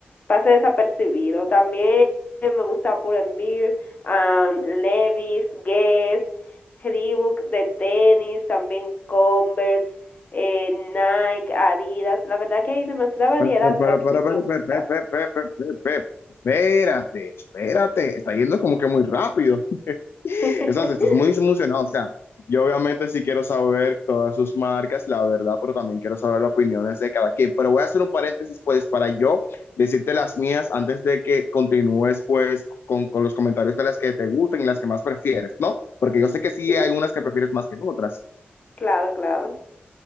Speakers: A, on the left (about 45°); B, on the left (about 80°).
A: pase desapercibido. También me gusta Pull&Bear, um, Levi's, Guess, Reebok de tenis, también Converse, eh, Nike, Adidas. La verdad que hay demasiada variedad
B: Pero, pero,
A: de lo que
B: pero,
A: a mí
B: pero,
A: me gusta.
B: pe- pe- pe- pe- pe- pe- pe- espérate, espérate, está yendo como que muy rápido. <laughs>
A: <laughs>
B: Estás, estás muy emocionado. O sea, yo obviamente sí quiero saber todas sus marcas, la verdad, pero también quiero saber las opiniones de cada quien. Pero voy a hacer un paréntesis, pues, para yo decirte las mías antes de que continúes, pues, con, con los comentarios de las que te gustan y las que más prefieres, ¿no? Porque yo sé que sí
A: sí,
B: hay unas que prefieres más que otras.
A: claro, claro.